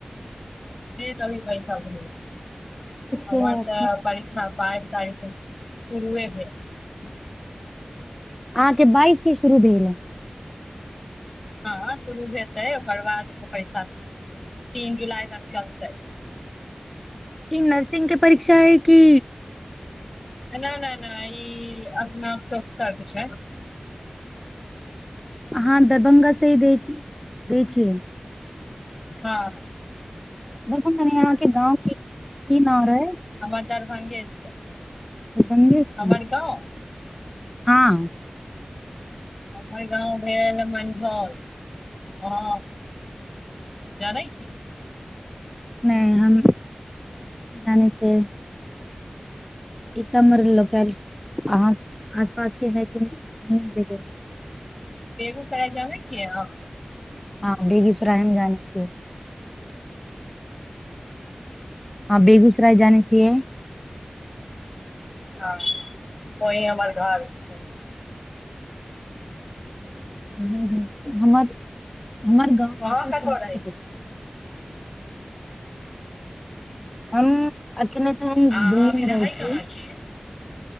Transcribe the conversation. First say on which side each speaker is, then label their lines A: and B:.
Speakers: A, on the left; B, on the left.
A: तभी पैसा भेलै हमर
B: के है अखन
A: तऽ परीक्षा बाइस तारीख स शुरुए भेल
B: अहाँके बाइस के शुरू भेल या
A: हँ शुरू हेतै ओकर बाद परीक्षा तीन जुलाई तक चलतै
B: ई नर्सिंग के परीक्षा हइ की
A: न-न-ना ई स्नाकोत्तर के छै
B: अहाँ दरभंगा स ही दै -दैय छियै
A: हाँ
B: दरभंगामे अहाँके गाँवके के की नाम रहैय
A: हमर दरभंगे छै
B: दरभंगे छी
A: हमर गाँव
B: हाँ
A: हमर गाँव भेल मनझौल अहाँ जानै छी
B: नहि हम जानै छै ई त हमर लोकल अहाँ आस पास के है की नै जेबे। <unintelligible>
A: बेगूसराय जानै छियै अहाँ।
B: हँ हम बेगूसराय हम जानै छी। हाँ बेगूसराय जानै छियै
A: हाँ ओहि हमर घर छै
B: हूँ हमर हमर गाँव
A: अहाँ
B: परतेै
A: कतऽ
B: समस्तीपुर।
A: रहै छी
B: हम। अखिने तऽ हम
A: अहाँ
B: दिल्ली
A: अभी
B: मे रहै छी
A: कहाँ छियै